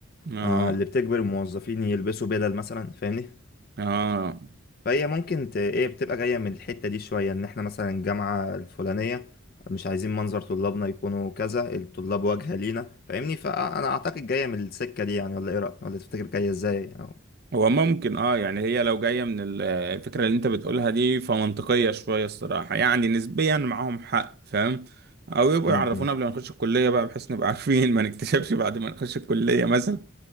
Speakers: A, on the right; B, on the left.
A: اه
B: آه اللي بتجبر الموظفين يلبسوا بدل مثلا فاهمني؟
A: اه
B: فهي ممكن ت... ايه بتبقى جاية من الحتة دي شوية ان احنا مثلا الجامعة الفلانية مش عايزين منظر طلابنا يكونوا كذا الطلاب واجهة لينا فاهمني فانا اعتقد جاية من السكة دي يعني ولا ايه رأيك ولا تفتكر جاية ازاي او
A: هو ممكن اه يعني هي لو جاية من ال- الفكرة اللي انت بتقولها دي فمنطقية شوية الصراحة يعني نسبيا معاهم حق فاهم او يبقوا
B: امم
A: يعرفونا
B: إمم.
A: قبل ما نخش الكلية بقى بحيث نبقى <laughs> عارفين ما نكتشفش بعد ما نخش الكلية مثلا